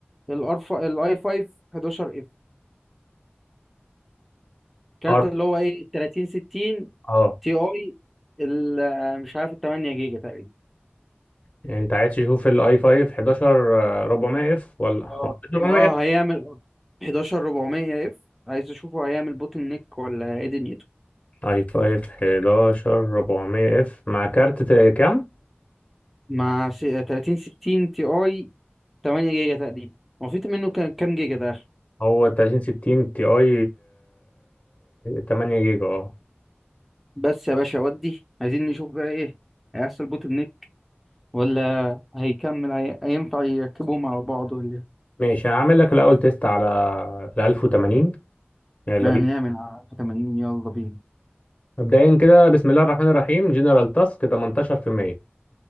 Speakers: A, in the centre; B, on the left.
A: الار الاي 5 11 اف الكارت
B: عارف
A: اللي هو ايه 30 60
B: اه
A: تي اي ال- مش عارف ال 8 جيجا تقريبا
B: يعني انت عايز تشوف الاي 5 11 آه، 400 اف ولا
A: اه
B: 400
A: اه
B: اف
A: هيعمل 11 400 اف عايز اشوفه هيعمل بوتل نيك ولا ايه دنيته
B: اي 5 11 400 اف مع كارت ت- كام
A: مع س- 30 60 تي اي 8 جيجا تقريبا هو في منه كان- كام جيجا ده آخر؟
B: هو 3060 تي اي 8 جيجا اه
A: بس يا باشا ودي عايزين نشوف بقى ايه هيحصل بوتل نيك ولا هيكمل هي... هينفع يركبوهم على بعض ولا ايه
B: ماشي هعمل لك الاول تيست على ال 1080 يلا
A: ما
B: بينا
A: بنعمل على 80 يلا بينا
B: مبدئيا كده بسم الله الرحمن الرحيم جنرال تاسك 18%